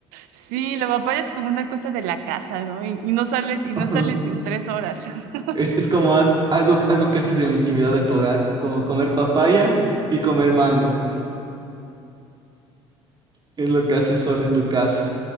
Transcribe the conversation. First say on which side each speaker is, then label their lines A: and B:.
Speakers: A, on the right; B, on the right.
A: sí, la papaya es como una cosa de la casa, ¿no? Y, y no sales, y no
B: <laughs> Ajá.
A: sales en tres horas. <laughs>
B: Es, es como haz- algo, algo que haces en la intimidad de tu hogar, como comer papaya y comer mango. Es lo que haces solo en tu casa.